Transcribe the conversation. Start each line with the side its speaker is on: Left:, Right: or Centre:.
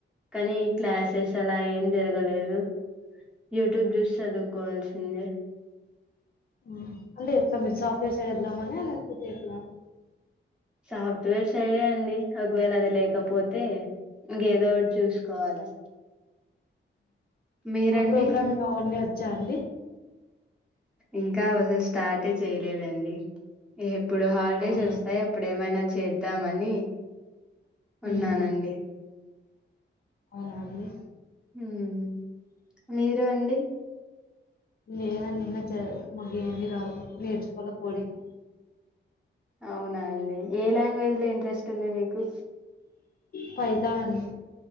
Centre: కానీ క్లాసెస్ అలా ఏం జరగలేదు యూట్యూబ్ చూసి చదువుకోవాల్సిందే
Left: ఉ అంటే ఎట్లా మీరు సాఫ్ట్వేర్ సైడ్ ఎల్దమన లేకపోతే ఎట్లా
Centre: సాఫ్ట్వేర్ సైడే అండి ఒకవేళ అది లేకపోతే ఇంకేదో ఒకటి చూసుకోవాలి మీరండి
Left: మ ప్రోగ్రామింగ్ అవన్నీ వ వచ్చా అండి
Centre: ఇంకా అవసలు స్టార్టే చేయలేదండి ఇప్పుడు హాలిడేస్
Left: అవునా
Centre: వస్తాయ్ అప్పుడు ఏమైనా చేద్దామని
Left: మ్
Centre: ఉన్నానండి
Left: అవునా అండి
Centre: హుమ్ మీరు అండి
Left: లేదండీ ఇంగా చ మాకేంది రావు నేర్చుకోల కోడింగ్
Centre: అవునా అండి ఏ లాంగ్వేజ్ లో ఇంట్రెస్ట్ ఉంది మీకు
Left: పైథాన్